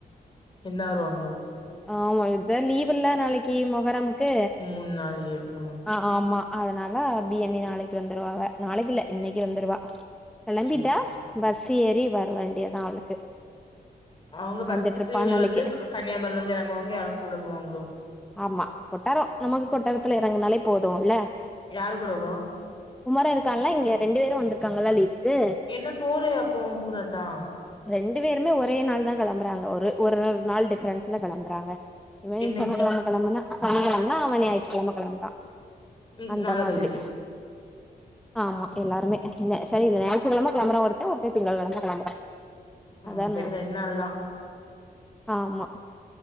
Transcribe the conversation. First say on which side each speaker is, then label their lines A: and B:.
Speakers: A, on the left; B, in the centre.
A: என்னாருவாங்களோ
B: ஆமா இத்தா லீவுலா நாளைக்கி மொகரமுக்கு
A: மூணு நாள் லீவ் ஆ
B: அ ஆமா அதனால அபி அண்ணி நாளைக்கு வந்துருவாவ நாளைக்கில்ல இன்னைக்கி வந்துருவா கெளம்பிட்டா
A: சேரி சேரி
B: பஸ் ஏறி வர வேண்டியதா அவளுக்கு
A: அவுங்க பஸ்ஸுவந்து
B: வந்துட்ருப்பான்னு நெனைக்கே
A: க கன்னியாமுரிலந்து எறங்குவாங்க யாரு கூட போவாங்களோ
B: ஆமா கொட்டாரோ நமக்கு கொட்டாரத்துல எறங்குனாலே போதுல்ல
A: யாரு‌ கூடவோ
B: குமர இருக்குறான்ல இங்க ரெண்டு பேரு வந்திருக்காங்கல்ல லீவுக்கு
A: இன்னு போலையா அப்போ குமரனத்தா
B: ரெண்டு பேருமே ஒரே நாள் தா கெளம்புறாங்க ஒரு ஒரு நாள் டிஃபரென்ஸ்ல கெளம்புறாங்க இவே
A: என்னைக்கு
B: சனிக்கெழம கெளம்புனா சனி கெழம னால அவ ஞாயிற்றுகெழம கெளம்புறா
A: ம்
B: அந்த
A: நாள
B: மாதிரி
A: கழிச்சு
B: ஆமா எல்லாருமே இல்ல செரி இல்ல ஞாயித்து கெழம கெளம்புறா ஒருத்தே ஒருத்தே திங்ககெழம கெளம்புறா
A: ஆ
B: அதான
A: அப்ப இன்னு ரெண்டு நாள் தா
B: ஆமா